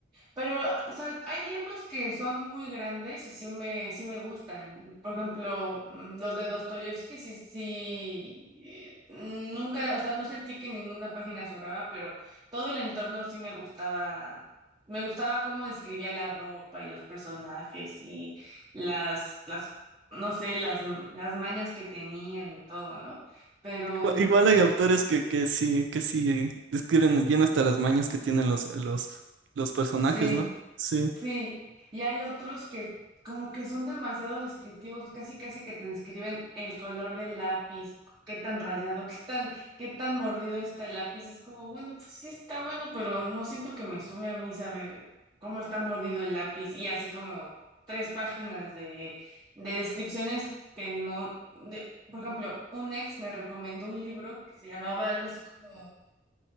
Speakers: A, on the right; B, on the right.
A: pero, o sea, hay libros que son muy grandes y sí me, sí me gustan. Por ejemplo, mm, los de Dostoyevsky, sí, sí, eh, nunca, o sea, no sentí que ninguna página sobraba, pero todo el entorno sí me gustaba. Me gustaba cómo describía la ropa y los personajes y las, las, no sé, las, las mañas que tenían y todo, ¿no? Pero,
B: Igua-
A: mm,
B: Igual hay autores que, que sí, que sí describen bien hasta las mañas que tienen los, los, los personajes,
A: sí.
B: ¿no? Sí.
A: Sí, y hay otros que como que son demasiado descriptivos, casi casi que te describen el color del lápiz, qué tan rayado, qué tan, qué tan mordido está el lápiz. Es como, bueno, pues sí está bueno, pero no siento que me sube a mí saber cómo está mordido el lápiz. Y así como tres páginas de, de descripciones que no, de- por ejemplo, un ex me recomendó un libro que se llamaba algo así como